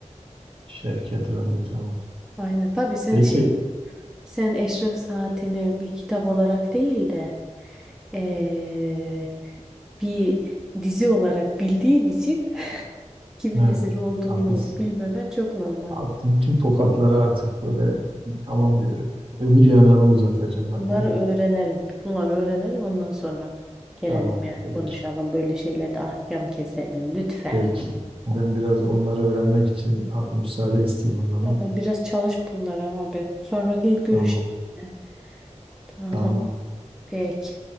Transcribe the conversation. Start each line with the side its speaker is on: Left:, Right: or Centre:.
Right: Şevket Radu tamam.
Centre: Aynen. Tabii sen
Right: Peki.
Centre: şey sen Eşref Saatini bir kitap olarak değil de ee, bir dizi olarak bildiğin için <laughs> kimin
Right: Evet.
Centre: eseri olduğunu
Right: Haklısın.
Centre: bilmemen çok normal.
Right: Haklısın. Tüm tokatları artık böyle tamam diyorum. Öbür yanağımı uzatacağım hadi.
Centre: Bunları
Right: bir.
Centre: öğrenelim. Bunları öğrenelim ondan sonra gelelim
Right: Tamam.
Centre: yani
Right: Peki.
Centre: konuşalım. Böyle şeylerde ahkam keselim lütfen.
Right: Peki. Ben biraz onları öğrenmek için a- müsaade isteyeyim o zaman.
Centre: Ama biraz çalış bunlara abi. Sonra gel görüşelim
Right: Tamam.
Centre: yine. Tamam.
Right: Tamam.
Centre: Peki.